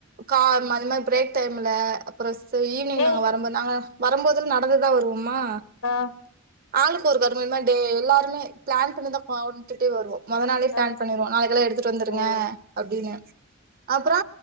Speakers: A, on the right; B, on the left.
A: கா அது மாதிரி பிரேக் டைம்ல அப்றோ ஒரு ஈவினிங்
B: ஏய்
A: நாங்க வரும்போது நா வரும்போது நடந்துதா வருவோமா வருவோமா.
B: ஆ
A: ஆளுக்கு ஒரு <unintelligible> டே எல்லாருமே பிளான் பண்ணிதா கொண்டுட்டே வருவோ. மொத நாளே பிளான்
B: ஆ
A: பண்ணுவோ. நாளைக்கெல்லா எடுத்துட்டு வந்துருங்க
B: ம்
A: அப்டின்னு அப்றோ